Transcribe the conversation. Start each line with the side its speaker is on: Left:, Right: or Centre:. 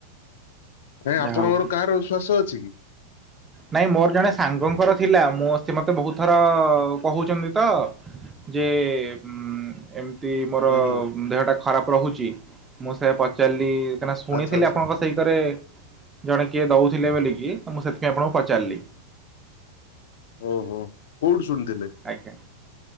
Left: ନାଇଁ
Right: ଯାହା
Left: ଆପଣଙ୍କର
Right: ହଉ
Left: କାଆର ଉ ଶ୍ଵାସ ଅଛି କି?
Right: ନାଇଁ ମୋର ଜଣେ ସାଙ୍ଗଙ୍କର ଥିଲା ମୋ ସେ ମତେ ବହୁତ ଥର କହୁଚନ୍ତି ତ ଯେ ଉଁ ଏମ୍ ତି ମୋର
Left: ହୁଁ ହୁଁ
Right: ଦେହଟା ଖରାପ ରହୁଚି ମୁଁ ସେ ପଚାରିଲି କାଇଁନା ଶୁଣିଥିଲି
Left: ଆଚ୍ଛା ଆଚ୍ଛା
Right: ଆପଣଙ୍କ ରୋଷେଇ କରେ ଜଣେ କିଏ ଦଉଥିଲେ ବୋଲିକି ତ ମୁଁ ସେଥିପାଇଁ ଆପଣଙ୍କୁ ପଚାରିଲି
Left: ଓହୋ କୋଉଟୁ ଶୁଣିଥିଲେ?
Right: ଆଜ୍ଞା।